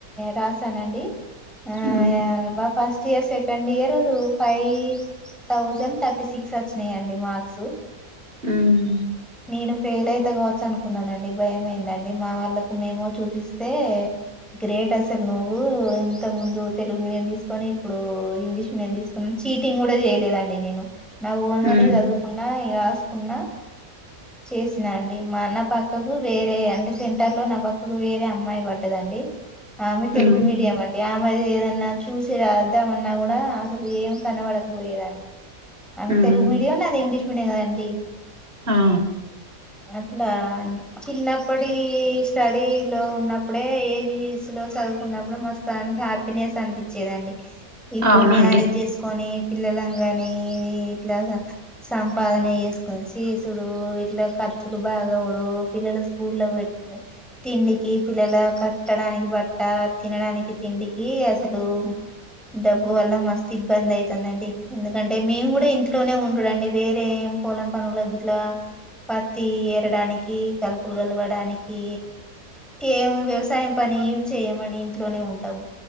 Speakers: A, in the centre; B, on the right (about 40°).
A: రాసానండి ఆ
B: ఉమ్
A: బా ఫస్ట్ ఇయర్ సె second year five thousand thirty six వచ్చినాయిండి మార్క్స్
B: ఉమ్
A: నేను ఫెయిల్ అయిత కావా అనుకున్నానండి భయమైందండి మా వాళ్ళకు మేమో చూపిస్తే గ్రేట్ అసలు నువ్వు ఇంత ముందు తెలుగు మీడియం తీసుకొని ఇప్పుడు ఇంగ్లీష్ మీడియం తీసుకుని చీటింగ్ కూడా చేయలేదండి నేను నా ఓనుగానే
B: ఉమ్
A: చదువుకున్న రాసుకున్నా చేసినా అండి మా అన్న పక్కకు వేరే అంటే సెంటర్ లో నా పక్కకు వేరే అమ్మాయి పడ్డదండి ఆమె తెలుగు
B: ఉమ్
A: మీడియం అండి ఆమెది ఏదై అన్నా చూసి రాద్దామన్నా కూడా అసలు ఏం కనబడకపోయేదండి అమె
B: ఉమ్
A: తెలుగు మ మీడియయం నది ఇంగ్లీ పుణగాదండి <inaudible>
B: ఆ
A: ఇలా అ చిన్నప్పటి స్టడీ లో ఉన్నప్పుడే ఏజ లో చదువుకున్నప్పుడే మస్తు అని హ్యాపీనెస్ అనిపించేదండి ఇప్పుడు
B: అవునండి
A: మ్యారేజ్ చేసుకొని పిల్లల కాని ఇట్లా సంపాదన చేసుకొని డు ఇట్లా ఖర్చులు బాగడు పిల్లలు స్కూల్ లో పె తిండికి పిల్లల కట్టడానికి బట్ట తినడానికి తిండికి అసలు డబ్బు వల్ల మస్తు ఇబ్బంది అవుతుందండి ఎందుకంటే మేము కూడా ఇంట్లోనే ఉండడండి వేరేం పొలం పనుల ఇంట్లా పత్తి ఎరడానికి కలుపులు కలవడానికి ఏం వ్యవసాయం పని ఏమి చేయ్యమని ఇంట్లోనే ఉంటాం